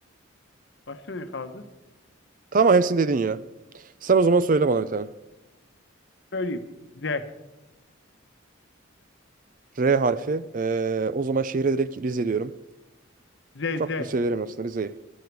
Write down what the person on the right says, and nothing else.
Tamam hepsini dedin ya. Sen o zaman söyle bana bir tane.
R harfi. Ee, o zaman şehre direkt Rize diyorum.
Çok
da severim aslında Rize'yi.